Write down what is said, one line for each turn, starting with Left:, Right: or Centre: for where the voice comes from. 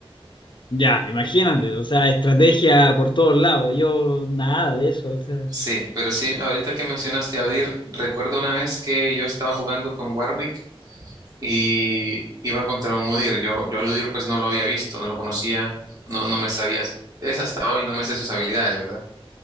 Left: Ya, imagínate, o sea, estrategia por todos lados, yo nada de eso, o sea,
Right: Sí, pero sí, ahorita que mencionaste a Udyr, recuerdo una vez que yo estaba jugando con Warwick y iba contra un Udyr. Yo, yo al Udyr pues no lo había visto, no lo conocía, no, no me sabía. Es hasta hoy, no me sé sus habilidades, ¿verdad?